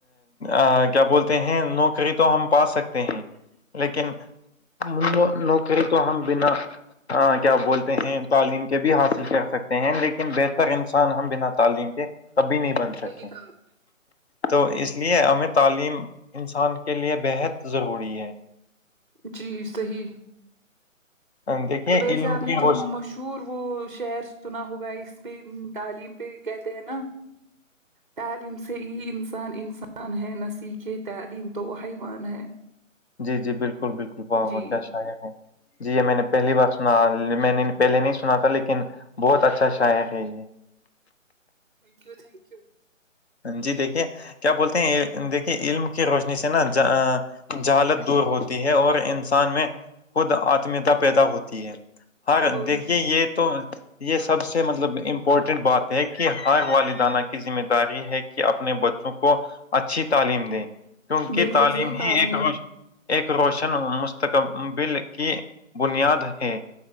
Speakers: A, on the left; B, on the right.
A: ا کیا بولتے ہیں نوکری تو ہم پا سکتے ہیں لیکن م نوکری تو ہم ہم بنا کیا بولتے ہیں تعلیم کے بھی حاصل کر سکتے ہیں لیکن بہتر انسان ہم بنا تعلیم کے کبھی نہیں بن سکے
B: صحیح کہا آپ
A: تو اس لیے ہمیں تعلیم انسان کے لیے بےحد ضروری ہے
B: جی صحیح
A: دیکھیے
B: تو ب حس
A: علم
B: آب نے
A: کی روشنی
B: جو مشہور مور وہ شہر سنا ہوگا اس پہ تعلیم پہ کہتے ہیں نا تعلیم سے یہ انسان انسان ہے نہ سیکھے تعلیم تو وہ حیوان ہے
A: جی جی بالکل بالکل واہ
B: جی
A: واہ کیا شاعر ہے جی یہ میں نے پہلی بار سنا میں نے پہلے نہیں سنا تھا لیکن بہت اچھا اچھا ہے کہ یہ
B: تھینک یو تھینک یو
A: جی دیکھیے کیا بولتے ہیں دیکھیے علم کی روشنی سے نا ج جہالت دور ہوتی ہے اور انسان میں خود آتمیتا پیدا ہوتی ہے ہاں
B: بالکل
A: دیک یہ تو یہ سب سے مطلب امپورٹنٹ بات ہے کہ ہر والدانہ کی ذمہ داری داری ہے کہ اپنے بچوں کو اچھی تعلیم دے کیونکہ
B: بالکل
A: تعلیم
B: صحیح کہا
A: ہی
B: آپ
A: ایک
B: نے
A: روز ایک روشن مستقبل کی بنیاد ہے